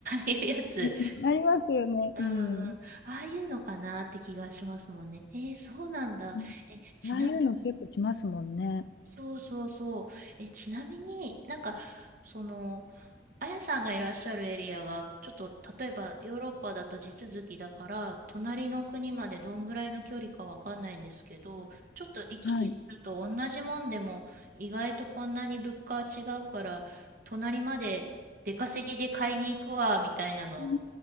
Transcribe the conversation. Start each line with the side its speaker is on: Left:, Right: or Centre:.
Right: あいうやつ、
Left: うんありますよね。
Right: うんうん、
Left: うん。
Right: ああいうのかなって気がしますもんね。えー、そうなんだ。
Left: うん
Right: え、ちなみに、
Left: ああいうの結構しますもんね。
Right: そうそうそう。え、ちなみになんか、その、あやさんがいらっしゃるエリアが、ちょっと例えばヨーロッパだと地続きだから、隣の国までどんぐらいの距離かわかんないんですけど、ちょっと行き来すると同じもんでも、
Left: はい。
Right: 意外とこんなに物価は違うから、隣まで出稼ぎで買いに行くわ、みたいなの、
Left: う